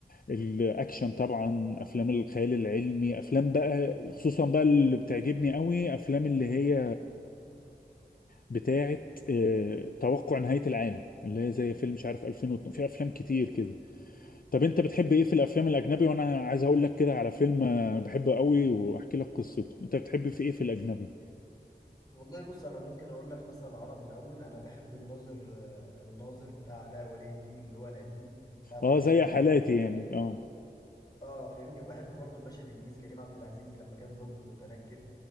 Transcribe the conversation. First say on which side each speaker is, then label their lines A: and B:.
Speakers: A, on the left; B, on the left.
A: الاكشن طبعا افلام الخيال العلمي افلام بقى خصوصا بقى اللي بتعجبني قوي افلام اللي هي بتاعه آه، توقع نهاية العالم اللي هي زي فيلم مش عارف 2002 في افلام كتير كده طب انت بتحب ايه في الافلام الاجنبي وانا عايز اقول لك كده على فيلم آه، بحبه قوي واحكي لك قصته انت بتحب في ايه في الاجنبي
B: والله بص انا ممكن اقول لك مثلا العربي الاول انا بحب الناظر آه، الناظر بتاع علاء ولي الدين اللي هو القديم بتاع كوميديا
A: اه زي
B: ومد
A: حالاتي يعني اه
B: اه فاهمني وبحب برضو الباشا تلميذ كريم عبد العزيز لما كان ضابط متنكر